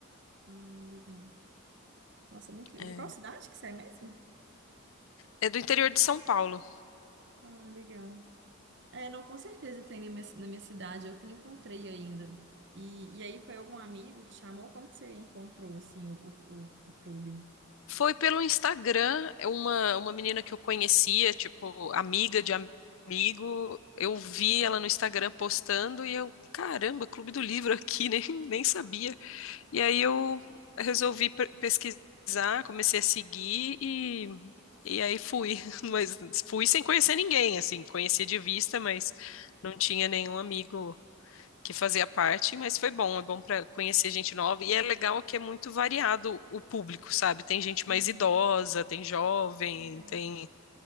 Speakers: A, on the right; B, on the left.
A: Ah, legal. Nossa, muito legal.
B: É,
A: De qual cidade que você é mesmo?
B: é do interior de São Paulo.
A: Ah, legal. É, não, com certeza tem na minha, na minha cidade, eu que não encontrei ainda. E, e aí foi algum amigo que chamou? Como que você encontrou, assim, o, o, o o clube?
B: Foi pelo Instagram, é uma, uma menina que eu conhecia, tipo, amiga de amigo. Eu vi ela no Instagram postando e eu, caramba, Clube do Livro aqui, <laughs> nem, nem sabia. E aí eu resolvi pe- pesquisar, comecei a seguir e, e aí fui. <laughs> Mas fui sem conhecer ninguém, assim, conhecia de vista, mas não tinha nenhum amigo que fazia parte, mas foi bom, é bom para conhecer gente nova e é legal que é muito variado o público, sabe? Tem gente
A: Uhum,
B: mais idosa, tem jovem,
A: legal.
B: tem